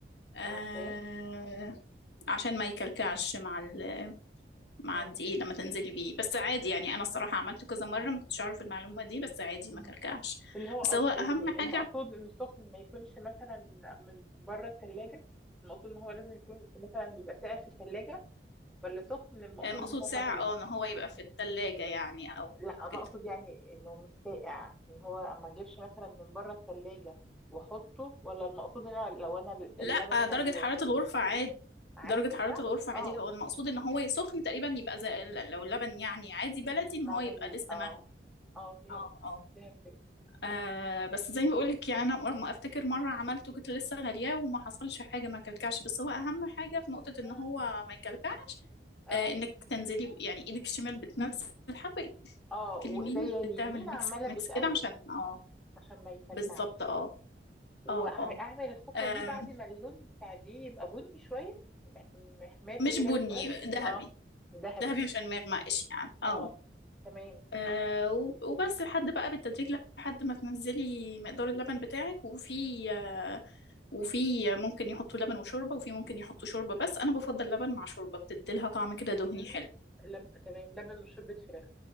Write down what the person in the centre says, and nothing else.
عشان
مم.
مم.
اللي هو قصد-
يعني المقصود
انه سخن ما يكونش مثلا من بره التلاجة المقصود ان هو لازم يكون مثلا يبقى ساقع في التلاجة ولا سخن المقصود
ان هو
مغلي
لا انا
اقصد يعني انه مش ساقع ان هو اما اجيبش مثلا من بره التلاجة واحطه ولا المقصود ان أنا لو انا
اللبن
غلياه
عادي
صح
اه
مغلي
اه
اه فهمت
فهمتك
اه
اه
اه وايديا
اليمين
عمالة
بتقلب
عشان ما يكلكعش
واعمل
الخطوه
دي بعد ما اللون بتاع دي يبقى بني شويه م- محمر
كده
شويه
اه ذهبي
اه تمام
مم.
لبن
لب... تمام لبن وشوربه فراخ